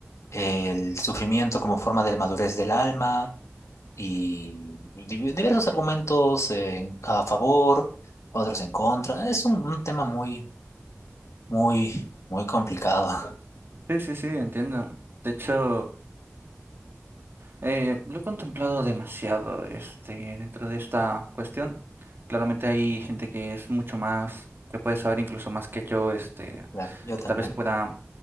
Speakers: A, on the left (about 80°); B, on the right (about 50°).
A: el sufrimiento como forma de madurez del alma y di- diversos argumentos eh, a favor, otros en contra. Es un, un tema muy, muy, muy complicado. <laughs>
B: Sí, sí, sí, entiendo. De hecho... Eh, lo he contemplado demasiado, este, dentro de esta cuestión. Claramente hay gente que es mucho más, que puede saber incluso más que yo, este,
A: Claro, yo
B: que
A: también.
B: tal vez pueda,